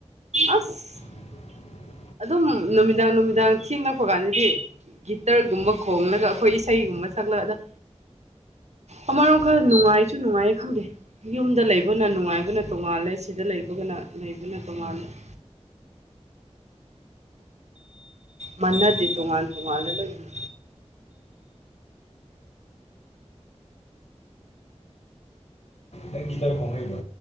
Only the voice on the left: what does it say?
<inaudible>
ꯑꯩ ꯒꯤꯇꯔ ꯀꯣꯡ ꯍꯩꯕ